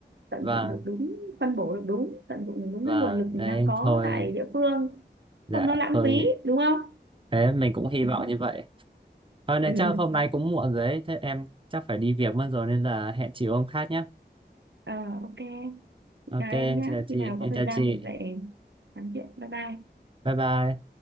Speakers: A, on the right; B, on the right.
A: tận
B: và
A: dụng được đúng phân bổ được đúng tận dụng được đúng
B: Và
A: cái nguồn lực mình
B: đấy
A: đang có
B: thôi
A: tại địa phương
B: dạ
A: không nó lãng
B: thôi
A: phí đúng không
B: thế mình cũng hy
A: <laughs>
B: vọng như vậy thôi nên
A: ừ
B: chắc hôm nay cũng muộn rồi đấy thế em chắc phải đi việc mất rồi nên là hẹn chị hôm khác nhé
A: Ờ, ok chị
B: ok
A: chào
B: em
A: em nhé
B: chào chị
A: khi nào
B: em
A: có thời
B: chào
A: gian
B: chị
A: mình lại nói chuyện bye bye
B: bye bye